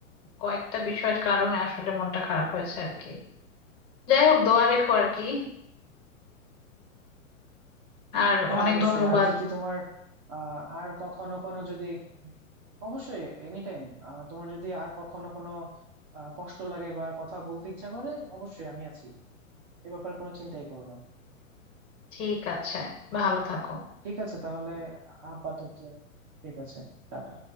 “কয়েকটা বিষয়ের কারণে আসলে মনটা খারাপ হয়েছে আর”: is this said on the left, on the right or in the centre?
Left